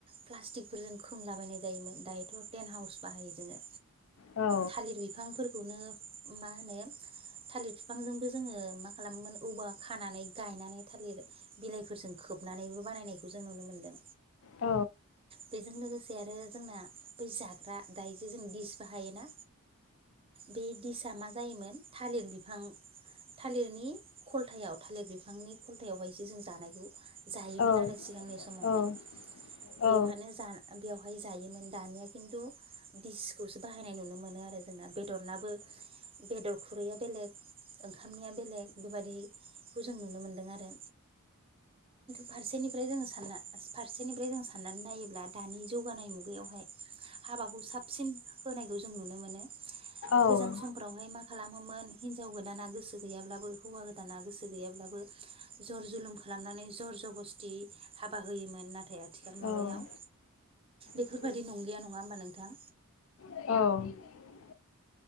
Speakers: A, on the right (about 25°); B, on the left (about 65°).
A: प्लास्टिकफोरजों खोंलाबायनाय जायोमोन दायोथ' टेन्ट हाउस बाहायो जोङो।
B: औ
A: थालिर बिफांफोर खौनो मा होनो थालिर बिफांजोंबो जोङो मा खालामोमोन औवा खानानै गायनानै थालिर बिलाइफोरजों खोबनानैबो खालायनायखौ जों नुनो मोनदों।
B: औ
A: बेजों लोगोसे आरो जोंना ना बै जाथ ग्रा दायोजे जों डिस बाहायोना बे दिसा मा जायोमोन थालिर बिफां थालिरनि खलथायाव थालिर बिफांनि खलथायावहायसो जों जानायखौ जायो मोन
B: औ
A: आरो सिगांनि समावहाय
B: औ
A: बेवहायनो
B: औ
A: जा बेवहाय जायोमोन दानिया खिन्थु दिसखौसो बाहायनाय नुनो मोनो आरो जोंना बेदरनाबो बेदर खुरैआ बेेलेग ओंखामनिया बेलेग बेबादिखौ जों नुनो मोनदों आरो। फारसेनिफ्राय जोङो सानना फारसेनिफ्राय जों साननानै नायोब्ला दानि जौगानाय मुगायावहाय हाबाखौ साबसिन होनायखौ जों नुनो मोनो
B: औ
A: गोजाम
B: औ
A: समफ्रावहाय मा खालामोमोन हिन्जाव गोदाना गोसो गैयाब्ला बो होवा गोद दाना गोसो गैयाब्लाबो जर जुलुम खालामनानै जर जग हाबा होयोमोन नाथाय आथिखाल मुगायाव
B: औ
A: बेफोरबायदि
B: औ
A: नंलिया नङा होमबा नोंथां
B: औ